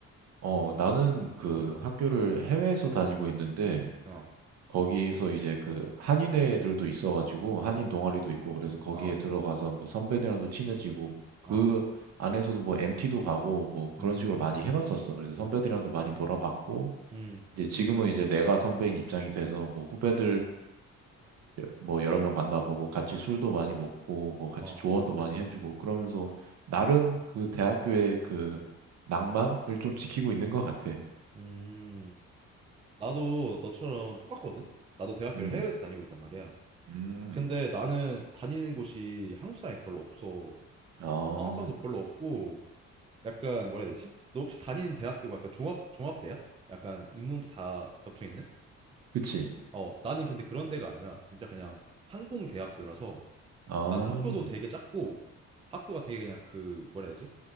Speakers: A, on the right (about 60°); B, on the right (about 20°).
A: 어, 나는 그
B: 응.
A: 학교를 해외에서 다니고 있는데,
B: 어.
A: 거기서 이제 그 한인애들도 있어가지고, 한인 동아리도 있고, 그래서 거기에
B: 어.
A: 들어가서 뭐 선배들이랑도 친해지고, 그
B: 어.
A: 안에서도 뭐엠 t 도 가고, 뭐 그런
B: 음.
A: 식으로 많이 해봤었어. 그래서 선배들이랑도 많이 놀아봤고,
B: 음.
A: 이제 지금은 이제 내가 선배인 입장이 돼서 뭐 후배들이랑도 뭐 여러 명 만나보고 같이 술도 많이 먹고 뭐 같이
B: 어.
A: 조언도 많이 해주고 그러면서 나름 그 대학교의 그 낭만을 좀 지키고 있는 것 같아.
B: 음. 나도 너처럼 똑같거든. 나도 대학교를
A: 음,
B: 해외에서 다니고 있단 말이야.
A: 음,
B: 근데 나는 다니는 곳이 한국 사람이 별로 없어.
A: 아,
B: 한국 사람도 별로 없고 약간 뭐라 해야 되지? 너 혹시 다니는 대학교가 약간 종합 종합대야? 약간 인문비 다 겹쳐 있는?
A: 그치.
B: 어, 나는 근데 그런 데가 아니라 진짜 그냥 항공 대학교라서
A: 아,
B: 나는 학교도 되게 작고 학교가 되게 그냥 그 뭐라 해야 되지?